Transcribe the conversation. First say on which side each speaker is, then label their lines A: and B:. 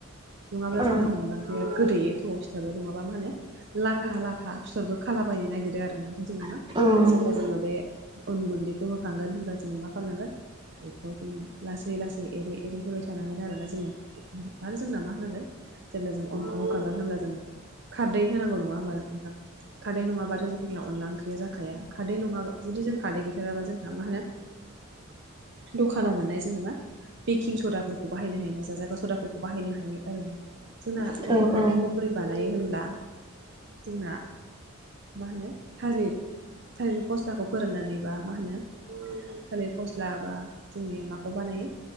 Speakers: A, on the right (about 55°); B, on the right (about 20°).
A: नङाब्लाोंना
B: उम औ
A: अनला ओंख्रि गोदैयो थोौआव फिथाबो नङाबा मा होनो लाथा लाथा बििसरबो खालाबायनो नागिरो आरो ना ओंखायनो जों मा
B: औ
A: जेब्ला जोङो बे अन गुन्दैखौ होखांगोन होनब्ला जोङो मा खालामनांगोन बेखौ जों लासै लासै एरै एरै होबाय थानांगोन आरोना जोङो बेखौ आरो जोंना मा होनांगोन जेब्ला जों अनखौ होोखांगोन होमब्ला जों बेयाव खारदै होनांगौ नङा होमबा नोंथां खारदै नङाबाथ' जोंनियाव अनला ओंख्रिया जाखाया खारदै नङाबा जुदि जों खारदै गैथेराबा जोंहा मा होनो दखानाव मोननाय जेनेबा बेकिं सदाफोरखौ बाहायनो हायो नााजा जायगा सदाफोरखौ बाहायनो हायो आरो ना जोंना
B: औ
A: बे
B: औ
A: खारदैखौ
B: औ
A: बोरै बानायो होन्ला जोंना मा होनो थालिर थालिर फस्लाखौ फोराननानै बा मा होनो थालिर फस्ला लाबा जोंनिया माखौ बानायो